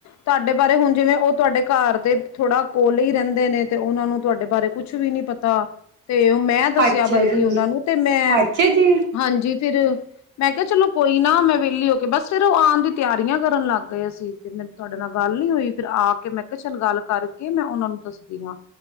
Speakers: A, on the left (about 65°); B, on the right (about 85°).
A: ਤੁਹਾਡੇ ਬਾਰੇ ਹੁਣ ਜਿਵੇਂ ਉਹ ਤੁਹਾਡੇ ਘਰ ਦੇ ਥੋੜਾ ਕੋਲੇ ਹੀ ਰਹਿੰਦੇ ਨੇ ਤੇ ਉਹਨਾਂ ਨੂੰ ਤੁਹਾਡੇ ਬਾਰੇ ਕੁਛ ਵੀ ਨੀ ਪਤਾ ਤਾਂ ਤੇ ਉਹ ਮੈਂ ਦੱਸਿਆ
B: ਅੱਛਾ
A: ਬਲਕਿ
B: ਜੀ
A: ਉਹਨਾਂ ਨੂੰ ਤੇ ਮੈਂ
B: ਅੱਛਾ ਜੀ,
A: ਹਾਂਜੀ ਫਿਰ ਮੈਂ ਕਿਹਾ ਚਲੋ ਕੋਈ ਨਾ ਮੈਂ ਵਿਹਲੀ ਹੋ ਕੇ ਬਸ ਫੇਰ ਉਹ ਆਉਣ ਦੀ ਤਿਆਰੀਆਂ ਕਰਨ ਲੱਗ ਗਏ ਸੀ। ਤੇ ਮੈ ਤੁਹਾਡੇ ਨਾਲ ਗੱਲ ਨੀ ਹੋਈ ਫਿਰ ਆ ਕੇ ਮੈਂ ਕਿਹਾ ਚੱਲ ਗੱਲ ਕਰਕੇ ਮੈਂ ਉਹਨਾਂ ਨੂੰ ਦੱਸਦੀ ਆ।